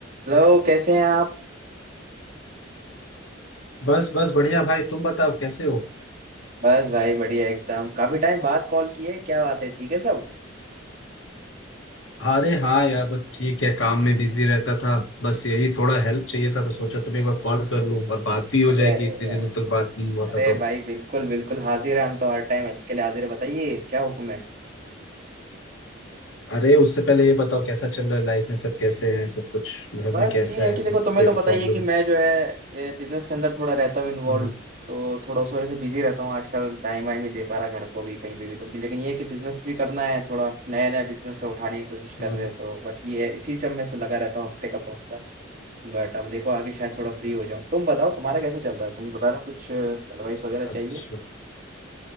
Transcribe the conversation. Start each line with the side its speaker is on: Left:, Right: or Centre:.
Right: Hello कैसे हैं आप
Left: बस बस बढ़िया भाई तुम बताओ कैसे हो
Right: बस भाई बढ़िया एकदम काफी टाइम बाद कॉल किए क्या बात है ठीक है सब
Left: अरे हाँ यार बस ठीक है काम में बिजी रहता था बस यही थोड़ा हेल्प चाहिए था तो सोचा तुम्हें एक बार कॉल कर लूँ और बात भी हो
Right: अरे
Left: जाएगी
Right: अरे
Left: इतने दिनों तक बात नहीं हुआ
Right: अरे
Left: था तो
Right: भाई बिल्कुल बिल्कुल हाजिर है हम तो हर टाइम हेल्प के लिए हाजिर है बताइए क्या हुक्म है
Left: अरे उससे पहले ये बताओ कैसा चल रहा है लाइफ में सब कैसे हैं सब कुछ घर
Right: बस
Left: में कैसा
Right: ये है
Left: है
Right: कि देखो
Left: कोई
Right: तुम्हें तो पता
Left: प्रॉब्लम
Right: ही है कि मैं जो है बिजनेस के अंदर थोड़ा रहता हूँ इन्वॉल्व
Left: हम्म
Right: तो थोड़ा उस वजह से बिजी रहता हूँ आजकल टाइम वाइम नहीं दे पा रहा घर को भी कहीं पे भी तो भी, लेकिन ये है कि बिजनेस भी करना है थोड़ा नया नया बिजनेस उठाने की कोशिश कर
Left: हम्म,
Right: रहे हैं तो बट ये है इसी सब में से लगा रहता हूँ हफ्ते का हफ्ता। बट अब देखो आगे शायद थोड़ा फ्री हो जाओ तुम बताओ तुम्हारा कैसा चल रहा है तुम बता रहे हो कुछ एडवाइस वगैरह चाहिए
Left: अच्छा